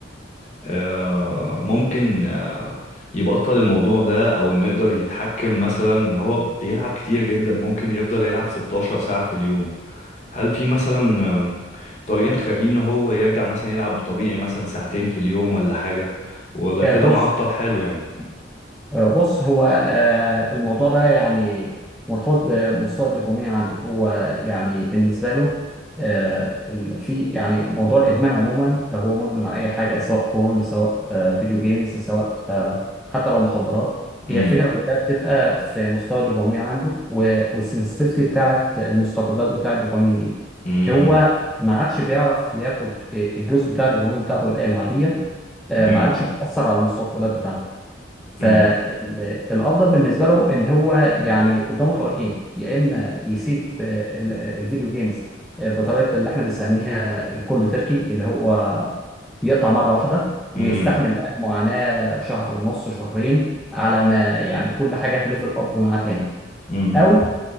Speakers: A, on the left (about 40°); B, in the centre.
A: آه، ممكن آه، يبطل الموضوع ده او انه يقدر يتحكم مثلا ان هو بيلعب كتير جدا ممكن يفضل يلعب 16 ساعة في اليوم هل في مثلا آه، طريقة نخليه ان هو يرجع مثلا يلعب طبيعي مثلا ساعتين في اليوم ولا حاجة وده
B: آه،
A: كده
B: بص
A: معطل حاله يعني
B: آه، بص هو آه، الموضوع ده يعني مرتبط بمستوى الدوبامين عنده هو يعني بالنسبة له آه، ال- في يعني موضوع الإدمان عموما لو هو مدمن على أي حاجة سواء بورن سواء آه، فيديو جيمز سواء آه، حتى لو مخدرات
A: امم
B: هي الفكرة كلها بتبقى في مستوى الدوبامين عنده و- والسنسitivity بتاعت المستقبلات بتاعت الدوبامين دي
A: امم
B: هو ما عادش بيعرف ياخد الدوز بتاع الدوبامين بتاعته العادية آه،
A: امم
B: ما عادش بتأثر على المستقبلات بتاعته فالافضل
A: امم
B: بالنسبه له ان هو يعني قدامه طريقين يا اما يسيب آه، ال- الفيديو جيمز آه، بطريقه اللي احنا بنسميها الكولد تركي اللي هو يقطع مره واحده ويستحمل
A: امم
B: بقى المعاناه شهر ونص شهرين على ما يعني كل حاجه تليفل اب معاه تاني
A: امم
B: او